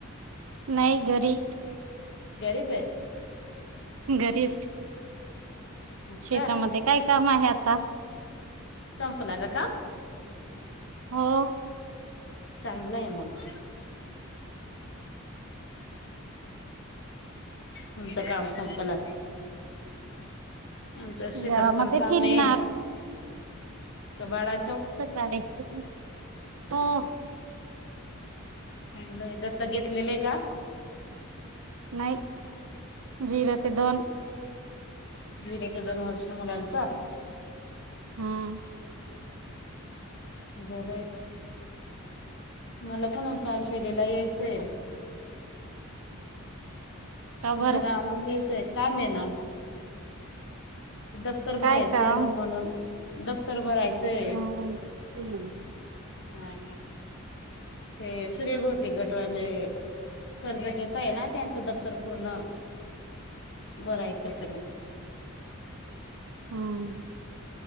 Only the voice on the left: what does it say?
घरीच आहे
असं
संपला का काम?
चांगलं आहे मग. तुमचं काम संपलं ते. आमचं शेतातपण
काम
हाय का बाळा
चांगलं हाय, दत्तक घेतलेलं हाय का?
झिरो ते दोन वर्ष मुलांचा?
बरं आहे. मलापण <unintelligible> शैलीला यायचं हाय.
तुमच्या
गावालाच न्यायचं हाय. <unintelligible> दप्तर
भरायचं
हाय ना म्हणून. दप्तर भरायचंय.
हा. ते सूर्यभोवती गटवाले कर्ज घेत आहे ना, त्यांचं दफ्तर पूर्ण भरायचं हाय <unintelligible>